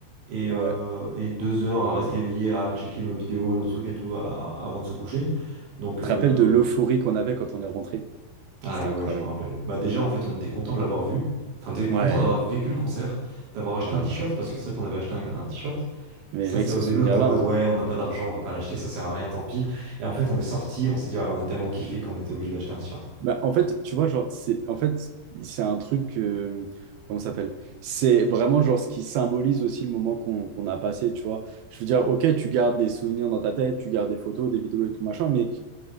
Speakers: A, on the right; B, on the right.
A: et, euh,
B: Ouais,
A: et deux heures
B: ouais,
A: à rester
B: ouais.
A: éveillé, à checker nos vidéos, nos trucs et tout, à- avant de se coucher. Donc,
B: Tu
A: euh,
B: te rappelles de l'euphorie qu'on avait quand on est rentré?
A: ah
B: C'était incroyable.
A: ouais, je me rappelle. Bah, déjà, en fait, on était content de l'avoir vu. Enfin, t'es content
B: Ouais,
A: d'avoir vécu le concert, d'avoir acheté
B: ouais,
A: un
B: ouais.
A: t-shirt, parce que c'est vrai qu'on avait acheté un un t-shirt.
B: Mais
A: Ça,
B: mec,
A: c'est
B: ce
A: au début,
B: souvenir-là,
A: on était en mode,
B: hein.
A: ouais, on n'a pas d'argent, on va pas l'acheter, ça sert à rien, tant pis. Et en fait, on est sorti, on s'est dit, ouais, on a tellement kiffé qu'on était obligé d'acheter un t-shirt.
B: Bah, en fait, tu vois, genre, c'est, en fait, c'est un truc, euh, comment ça s'appelle? C'est vraiment genre ce qui symbolise aussi le moment qu'on qu'on a passé, tu vois. Je veux dire, ok, tu gardes des souvenirs dans ta tête, tu gardes des photos, des vidéos et tout machin, mais